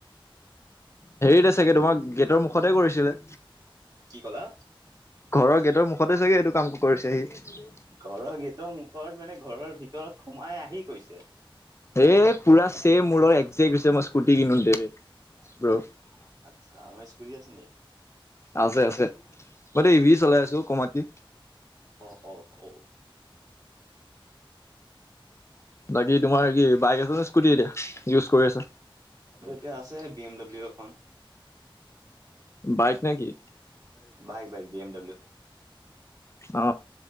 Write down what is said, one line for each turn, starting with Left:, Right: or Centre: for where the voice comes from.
Left: হেৰিত চাগে তোমাক গেটৰ মুখতে কৰিছিলে।
Right: কি কলা।
Left: ঘৰৰ গেটৰ মুখতে চাগে এইটো কাম কৰিছেহি
Right: ঘৰৰ গেটৰ মুখত মানে ঘৰৰ ভিতৰত সোমাই আহি কৈছে।
Left: এ পুৰা ছেম মোৰ লগ একজেক্ট হৈছে মই স্কুটি কিনো দে <unintelligible>
Right: আচ্ছা আমাৰ স্কুল আছে ন।
Left: আছে আছে। মই এতিয়া ইভি চলাই আছো কমাকি।
Right: অ অ অ অ
Left: বাকী তোমাৰ কি বাইক আছে নে স্কুটি এতিয়া। ইউজ কৰি আছা
Right: এতিয়া আছে বি এম ডাব্লিউ এখন।
Left: বাইক নেকি।
Right: Bike bike B M W
Left: অ